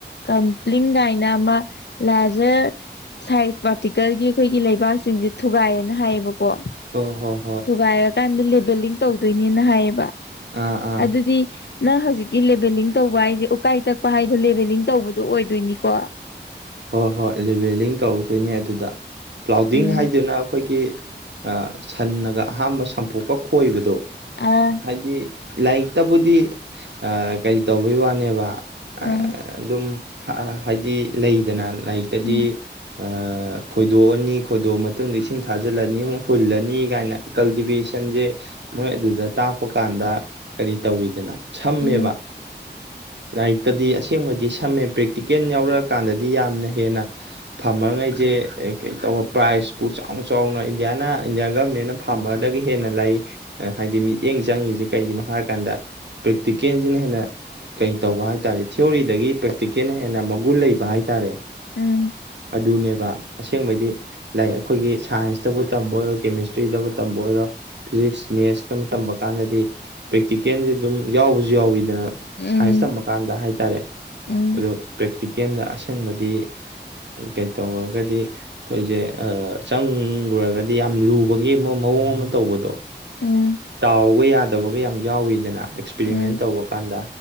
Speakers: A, on the left; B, on the right.
A: ꯀꯝꯄ꯭ꯂꯤꯡ ꯒꯥꯏꯅ ꯑꯃ ꯂꯥꯖꯔ ꯁꯥꯏꯖ ꯄꯥꯔꯇꯤꯀꯜꯒꯤ ꯑꯩꯈꯣꯏꯒꯤ ꯂꯩꯕꯥꯛꯁꯤꯡꯁꯦ ꯊꯨꯒꯥꯏꯌꯦꯅ ꯍꯥꯏꯌꯦꯕꯀꯣ꯫
B: ꯑꯣ ꯍꯣ ꯍꯣ
A: ꯊꯨꯒꯥꯏꯔꯀꯥꯟꯗ ꯂꯦꯕꯦꯂꯤꯡ ꯇꯧꯗꯣꯏꯅꯦꯅ ꯍꯥꯏꯌꯦꯕ
B: ꯑꯥ ꯑꯥ
A: ꯑꯗꯨꯗꯤ ꯅꯪ ꯍꯧꯖꯤꯛꯀꯤ ꯂꯦꯚꯦꯂꯤꯡ ꯇꯧꯕ ꯍꯥꯏꯖꯦ ꯎꯀꯥꯏ ꯇꯛꯄ ꯍꯥꯏꯗꯣ ꯂꯦꯚꯦꯂꯤꯡ ꯇꯧꯕꯗꯣ ꯑꯣꯏꯗꯣꯏꯅꯤꯀꯣ
B: ꯍꯣꯏ ꯍꯣꯏ ꯂꯦꯚꯦꯂꯤꯡ ꯇꯧꯗꯣꯏꯅꯦ ꯑꯗꯨꯗ ꯀ꯭ꯂꯥꯎꯗꯤꯡ
A: ꯎꯝ
B: ꯍꯥꯏꯗꯨꯅ ꯑꯩꯈꯣꯏꯒꯤ ꯑꯥ ꯁꯟꯅꯉꯒ ꯑꯍꯥꯝꯕ ꯁꯝꯄꯣꯛꯀꯥ ꯈꯣꯏꯕꯗꯣ
A: ꯑꯥ
B: ꯍꯥꯏꯗꯤ ꯂꯥꯏꯔꯤꯛꯇꯕꯨꯗꯤ ꯀꯔꯤ ꯇꯧꯕꯩ ꯋꯥꯅꯦꯕ <unintelligible>
A: ꯎꯝ
B: ꯑꯗꯨꯝ ꯍꯥꯏꯗꯤ ꯂꯩꯗꯅ ꯂꯥꯏꯔꯤꯛꯇꯗꯤ
A: ꯎꯝ
B: <unintelligible> ꯈꯣꯏꯗꯣꯛꯑꯅꯤ ꯈꯣꯏꯗꯣꯛꯑ ꯃꯇꯨꯡꯗ ꯏꯁꯤꯡ ꯊꯥꯖꯤꯜꯂꯅꯤ ꯍꯨꯜꯂꯅꯤ ꯀꯥꯏꯅ ꯀꯜꯇꯤꯚꯦꯁꯟꯖꯦ ꯃꯣꯏ ꯑꯗꯨꯗ ꯇꯥꯛꯄ ꯀꯥꯟꯗ ꯀꯔꯤ ꯇꯧꯋꯤꯗꯅ ꯁꯝꯃꯦꯕ
A: ꯎꯝ
B: ꯂꯥꯏꯔꯤꯛꯇꯗꯤ ꯑꯁꯦꯡꯕꯗꯤ ꯁꯝꯃꯦ ꯄ꯭ꯔꯦꯛꯇꯤꯀꯦꯜ ꯌꯥꯎꯔꯛꯑꯀꯥꯟꯗꯗꯤ ꯌꯥꯝꯅ ꯍꯦꯟꯅ ꯐꯝꯃꯔꯉꯩꯁꯦ ꯀꯩ ꯇꯧꯕ ꯄ꯭ꯔꯥꯏꯖꯄꯨ ꯆꯥꯎꯅ ꯆꯥꯎꯅ ꯏꯟꯗꯤꯌꯥꯅ ꯏꯟꯗꯤꯌꯥ ꯒꯃꯦꯟꯅ ꯐꯥꯔꯃꯔꯗꯒꯤ ꯍꯦꯟꯅ ꯂꯩ ꯍꯥꯏꯗꯤ ꯃꯤꯠꯌꯦꯡ ꯆꯪꯉꯤꯖꯦ ꯀꯩꯒꯤꯅꯣ ꯍꯥꯏꯔ ꯀꯥꯟꯗ ꯄ꯭ꯔꯦꯛꯇꯤꯀꯦꯜꯖꯤꯅ ꯍꯦꯟꯅ ꯀꯩ ꯇꯧꯕ ꯍꯥꯏꯇꯥꯥꯔꯦ ꯊꯤꯑꯣꯔꯤꯗꯒꯤ <unintelligible> ꯄ꯭ꯔꯥꯛꯇꯤꯀꯦꯜꯅ ꯍꯦꯟꯅ ꯃꯒꯨꯟ ꯂꯩꯕ ꯍꯥꯏꯇꯥꯔꯦ
A: ꯎꯝ
B: ꯑꯗꯨꯅꯦꯕ ꯑꯁꯦꯡꯕꯩꯗꯤ ꯂꯥꯏ ꯑꯩꯈꯣꯏꯒꯤ ꯁꯥꯏꯟꯁꯇꯕꯨ ꯇꯝꯕ ꯑꯣꯏꯔꯣ ꯀꯦꯃꯤꯁꯇ꯭ꯔꯤꯗꯕꯨ ꯇꯝꯕ ꯑꯣꯏꯔꯣ ꯐꯤꯖꯤꯛꯁ ꯃꯦꯁꯀ ꯇꯝꯕ ꯀꯥꯟꯗꯗꯤ ꯄ꯭ꯔꯦꯛꯇꯤꯀꯦꯜꯖꯦ ꯑꯗꯨꯝ ꯌꯥꯎꯕꯁꯨ ꯌꯥꯎꯋꯤꯗꯅ
A: ꯎꯝ
B: ꯁꯥꯏꯟꯁ ꯇꯃ ꯀꯥꯟꯗ ꯍꯥꯏꯇꯥꯔꯦ
A: ꯎꯝ
B: ꯑꯗꯨ ꯄ꯭ꯔꯦꯛꯇꯤꯀꯦꯜꯗ ꯑꯁꯦꯡꯕꯗꯤ ꯀꯩ ꯇꯧꯔꯒꯗꯤ ꯑꯩꯈꯣꯏꯖꯦ ꯆꯪꯉꯨꯔꯒꯗꯤ ꯌꯥꯝ ꯂꯨꯕꯒꯤ ꯑꯃ ꯃꯑꯣꯡ ꯑꯃ ꯇꯧꯕꯗꯣ
A: ꯎꯝ ꯎꯝ
B: ꯇꯥꯎꯑ ꯌꯥꯗꯕꯒ ꯌꯥꯝ ꯌꯥꯎꯋꯤꯗꯅ ꯑꯦꯛꯁꯄꯔꯤꯃꯦꯟ
A: ꯎꯝ
B: ꯇꯧꯕ ꯀꯥꯟꯗ